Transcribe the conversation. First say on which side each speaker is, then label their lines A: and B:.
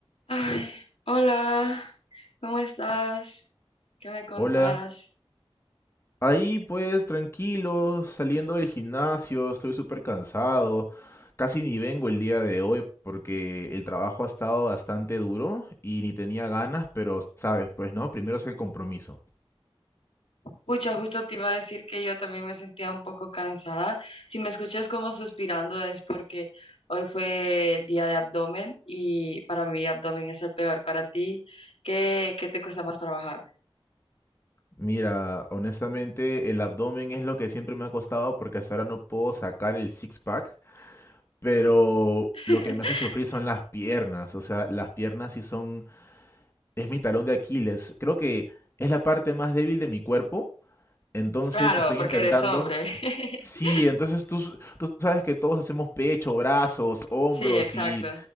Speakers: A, on the left; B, on the left.
A: Ay, hola, ¿cómo estás? ¿Qué me contás?
B: Hola. Ahí pues tranquilo, saliendo del gimnasio, estoy súper cansado. Casi ni vengo el día de hoy porque el trabajo ha estado bastante duro y ni tenía ganas, pero sabes, pues no, primero es el compromiso.
A: Pucha, justo te iba a decir que yo también me sentía un poco cansada. Si me escuchas como suspirando es porque hoy fue día de abdomen y para mí abdomen es el peor. Para ti, ¿qué, qué te cuesta más trabajar?
B: Mira, honestamente el abdomen es lo que siempre me ha costado porque hasta ahora no puedo sacar el six-pack, pero
A: <laughs>
B: lo que me hace sufrir son las piernas, o sea, las piernas sí son, es mi talón de Aquiles. Creo que es la parte más débil de mi cuerpo Entonces,
A: Claro,
B: si estoy
A: porque
B: intentando,
A: eres hombre. <laughs>
B: sí, entonces tú, s- tú sabes que todos hacemos pecho, brazos, hombros
A: Sí, exacto.
B: y,